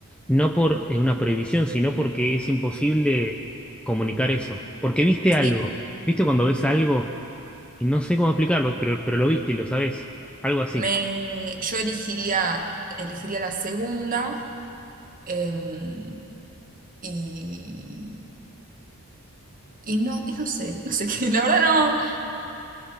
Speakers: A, in the centre; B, on the right.
A: no por eh, una prohibición, sino porque es imposible comunicar eso. Porque viste algo,
B: Sí.
A: viste cuando ves algo y no sé cómo explicarlo, pero, pero lo viste y lo sabés, algo así.
B: Me, yo elegiría, elegiría la segunda. em, y Y no, y no sé, no sé qué, la verdad no.